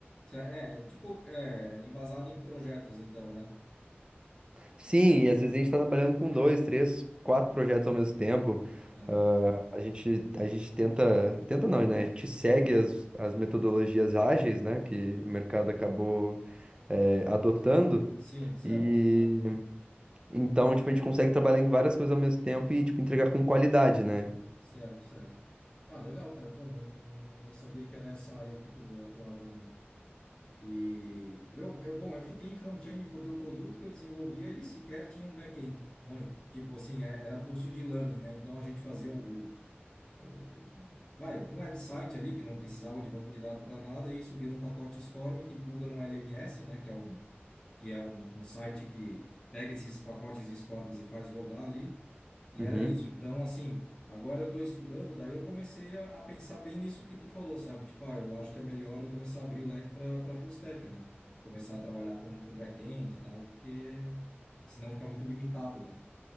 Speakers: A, on the left; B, on the right.
A: Cer- É, é tipo, é, embasado em projetos, então, né?
B: Sim, e às vezes a gente está trabalhando com dois, três, quatro projetos ao mesmo tempo.
A: Aham.
B: Ah, a gente, a gente tenta, tenta não, né? A gente segue as, as metodologias ágeis, né? Que o mercado acabou, eh, adotando.
A: Sim, certo.
B: E
A: Ah,
B: então, tipo, a gente consegue trabalhar em várias coisas ao mesmo tempo e, tipo, entregar com qualidade, né?
A: certo, certo. Ah, legal, cara. Pô, não, não, não não sabia que era essa área que tu atuava, não. E eu, eu, bom, eu fiquei em front-end porque o produto que eu desenvolvia, ele sequer tinha um back-end. Manja, tipo assim, é- era curso de learning, né? Então a gente fazia o, o- vai, um website ali que não precisava de banco de dados para nada, e isso vira um pacote SCORM que pluga no LMS, né, que é um, que é um, um site que pega esses pacotes SCORMs e faz rodar ali, e
B: Uhum.
A: era isso. Então, assim, agora eu estou estudando, daí eu comecei a, a pensar bem nisso que tu falou, sabe? Tipo, ah, eu acho que é melhor eu começar a abrir o leque para para full stack, né? Começar a trabalhar com, com back-end e tal, porque senão fica muito limitado, né?